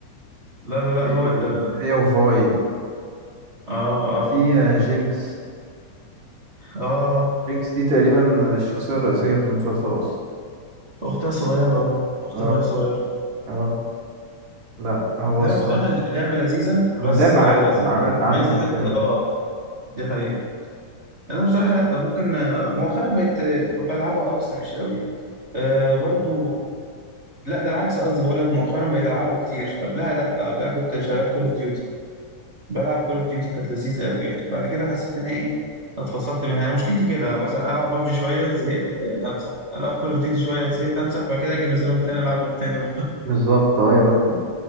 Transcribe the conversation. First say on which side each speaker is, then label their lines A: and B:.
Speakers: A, on the right; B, on the right.
A: لا لا لا
B: هي
A: هو
B: و-
A: اللي
B: هي وفاي
A: اه اه
B: وفي جينكس
A: اه
B: جينكس دي تقريبا الشخصية الرئيسية في المسلسل أصلا
A: اختها صغيرة اهو اخت
B: اه
A: فاي صغيرة
B: اه لا هو
A: لا
B: الصراحة
A: بصراحة اللعبة لذيذة
B: هو
A: بس
B: لعب
A: آه،
B: عالم
A: زي
B: عمل عالم
A: عايزة حد
B: كامل
A: اه دي حقيقة انا بصراحة لا ممكن آه، مؤخرا بقيت آه، بلعبها اه بس مش قوي آه برضو لا ده العكس قصدي بقول لك مؤخرا بقيت العبها كتير قبلها لا قبلها كنت شغال كول اوف ديوتي بلعب كول اوف ديوتي كانت لذيذه قوي يعني بعد كده حسيت ان ايه اتفصلت منها انا مشكلتي كده مثلا العب بابجي شويه زهقت آه، امسح العب كول اوف ديوتي شويه زهقت امسح بعد كده اجي منزلهم تاني العبهم تاني <laughs>
B: بالظبط ايوه